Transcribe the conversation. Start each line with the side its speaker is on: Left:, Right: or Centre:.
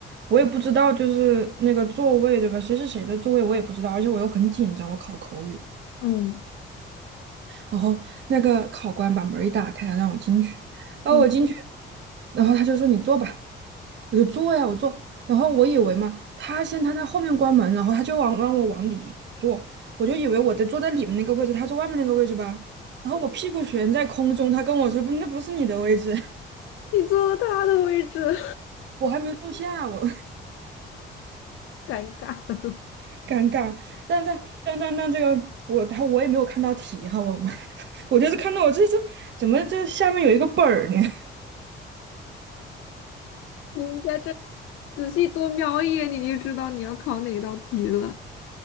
Right: 我也不知道就是那个座位对吧？谁是谁的座位我也不知道，而且我又很紧张，我考口语，
Left: 嗯
Right: 然后那个考官把门一打开，让我进去。然后我进去，
Left: 嗯，
Right: 然后他就说你坐吧，我就坐呀，我坐。然后我以为嘛，他先他在后面关门，然后他就往让我往里坐，我就以为我得坐在里面那个位置，他坐外面那个位置吧。然后我屁股悬在空中，他跟我说不，那不是你的位置，
Left: 你坐了他的位置，
Right: <laughs> 我还没坐下，我
Left: <laughs> 尴尬。
Right: <laughs> 尴尬。但但但但但这个我他我也没有看到题哈，我我 <laughs> 我就是看到我这这怎么这下面有一个本儿呢？<laughs>
Left: 你应该这仔细多瞄一眼，你就知道你要考哪道题了。